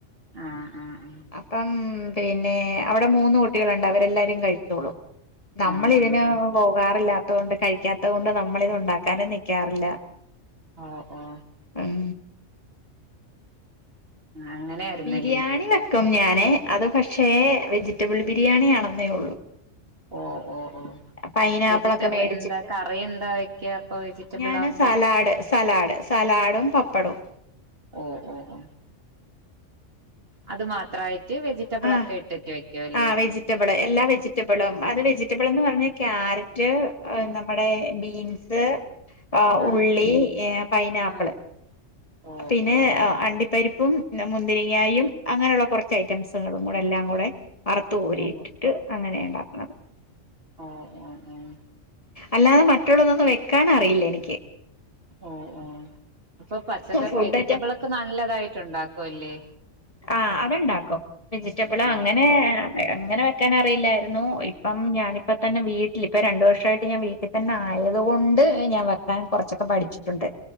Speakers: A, on the right (about 50°); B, on the left (about 25°).
A: ആഹ് ആഹ് ആഹ്
B: അപ്പം പിന്നെ അവിടെ മൂന്ന് കുട്ടികളുണ്ട് അവരെല്ലാരും കഴിക്ക് ച്ചോളും നമ്മളിതിന്
A: ആഹ് ആഹ് ആഹ്
B: പോകാറില്ലാത്ത് ത്തോണ്ട് കഴിക്കാത്തകൊണ്ട് നമ്മളിത് ഒണ്ടാക്കാനും നിക്ക് ക്കാറില്ല
A: ഓ ഓ
B: ഉം
A: അങ്ങനെയായിരുന്നല്ലേ
B: ബിരിയാണി വെക്കും ഞാന് അത് പക്ഷേ വെജിറ്റബിൾ ബിരിയാണിയാണന്നേ ഒള്ളൂ
A: ഓ ഓ ഓ
B: പൈനാപ്പിളൊക്കെ
A: വെജിറ്റബിൾ
B: മേടിച്ചിട്ട്
A: എന്താ കറി എന്താ വെക്ക അപ്പൊ വെജിറ്റബിൾ
B: ഞാന്
A: ആകുമ്പോ
B: സലാഡ് സലാഡ് സലാഡും പപ്പടവും
A: ഓ ഓ ഓ അത് മാത്രായി വെജിറ്റബിള
B: ആഹ്
A: ഒക്കെ ഇട്ടിട്ട് വെക്കും അല്ലേ
B: ആഹ് വെജിറ്റബിള് എല്ലാ വെജിറ്റബിളും അത് വെജിറ്റബിൾന്ന് പറഞ്ഞ ക്യാരറ്റ് നമ്മുടെ ബീൻസ് ആ
A: ആഹ്
B: ഉള്ളി ഏ പൈനാപ്പിള്
A: ആഹ് ഓ
B: പിന്നെ
A: ഓ
B: അണ്ടിപ്പരി പ്പും മുന്തിരിങ്ങായും അങ്ങനെയുള്ള കുറച്ച് ഐറ്റംസ് കൂടെ എല്ലാം കൂടെ വറത്തുകോരിയിട്ടിട്ട്
A: ഓ
B: അങ്ങനെ ഉണ്ടാക്കത്
A: ഓ ഓ ഓ
B: അല്ലാതെ മറ്റുള്ളതന്ന് വേ ക്കാനറിയില്ല എനിക്ക്
A: ഓ ഓ അപ്പൊ പച്ചക്കറി
B: ഫുഡ്
A: വെജിറ്റബിൾ ഒക്കെ നല്ലതായിട്ട് ഉണ്ടാക്കും അല്ലേ
B: ആ അത്ണ്ടാക്കും വെജിറ്റബിൾ
A: ഓ
B: അങ്ങനെ
A: ഓ
B: അങ്ങനെ വെക്കാൻ അറിയില്ലായിരുന്നു ഇപ്പം ഞാനിപ്പ തന്നെ വീട്ടിൽ ഇപ്പ രണ്ടു വർഷയിട്ട് ഞാൻ വീട്ടിൽ തന്നെ ആയത് കൊണ്ട് ഞാൻ വെക്കാൻ കുറച്ചൊക്കെ പഠിച്ചിട്ടുണ്ട്